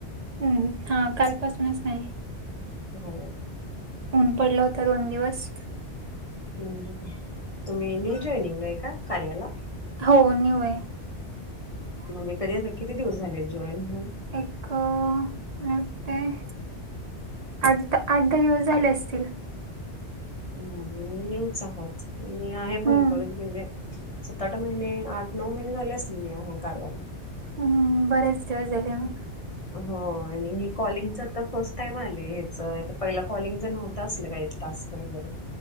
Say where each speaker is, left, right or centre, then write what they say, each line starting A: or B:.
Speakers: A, on the right; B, on the left.
A: हम्म हा, कालपासूनच नाही.
B: हो,
A: ऊन पडला होता दोन दिवस.
B: हम हम, तुम्ही मी जॉईनिंग आहे का कार्याला.
A: हो न्यू आहे.
B: म्हणजे कधी आता किती दिवस झाले जॉईन होन.
A: एकको मला वाटतं. आठ आठ दहा दिवस झाले असतील.
B: ह नेऊच आवाच मी आहे
A: हम्म
B: भरपरच म्हणजे. सत आठ महिने आठ नऊ महिने झाले असतील मी कार्याला.
A: हम्म हम्म. बरेच झाले मग.
B: हो आणि हे कॉलिंगच तर फर्स्ट टाइम आले हच पहिला कॉलिंग जर नव्हतं असलं काय तास. कोण झाले.